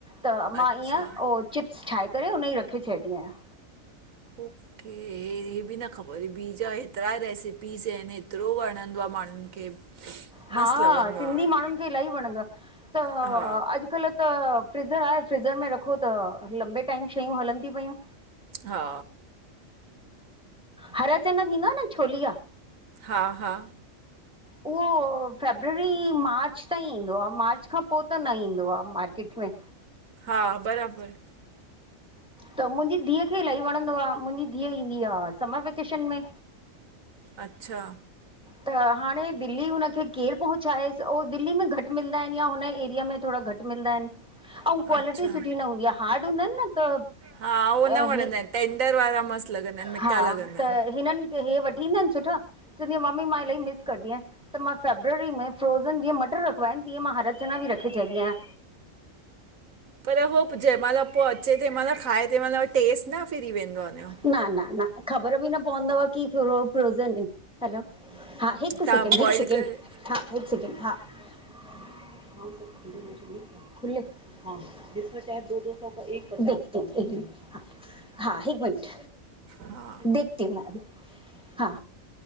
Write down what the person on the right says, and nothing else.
अच्छा
उफ मूंखे हे बि न ख़बर हुई ॿी जा हेतिरा रेसिपीस आहिनि हेतिरो वणंदो आ माण्हुनि खे।
मस्तु लॻंदो
आहे
हा
हा
हा हा
हा बराबर
अच्छा
अच्छा
हा उहो
न वणंदा
आहिनि टेंडर वारा मस्तु लॻंदा आहिनि मिठा
लॻंदा
आहिनि
पर हो जंहिं महिल पो अचे, तेहिं महिल खाए तेहिं महिल वरी टेस्ट न फिरी वेंदो आ हुनयो।
तव्हां
बॉइल
करे
हा